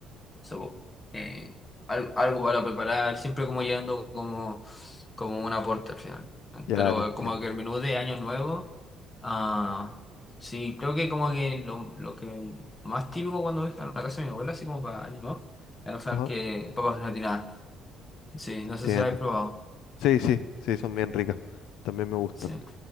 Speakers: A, on the left (about 20°); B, on the left (about 80°).
A: so, eh, al- algo, para preparar, siempre como yendo como, como un aporte al final.
B: Ya
A: Pero
B: te entiendo.
A: como que el menú de Año Nuevo, ah, sí, creo que como que lo, lo que más típico cuando voy a la casa de mi abuela, así como para Año Nuevo, es sea,
B: Ajá,
A: que papas gratinadas. Sí,
B: te
A: no
B: entiendo.
A: sé si lo habéis probado.
B: Sí, sí, sí, son bien ricas. También me gustan.
A: Sí.